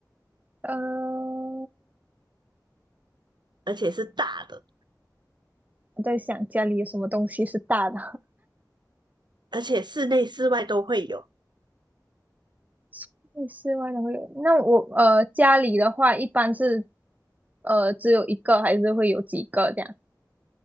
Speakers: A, on the right; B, on the right.
A: 呃，
B: 而且是大的，
A: 我在想家里有什么东西是大的，
B: 而且室内室外都会有
A: <laughs> 那室外的会有。那我呃家里的话，一般是呃只有一个，还是会有几个这样？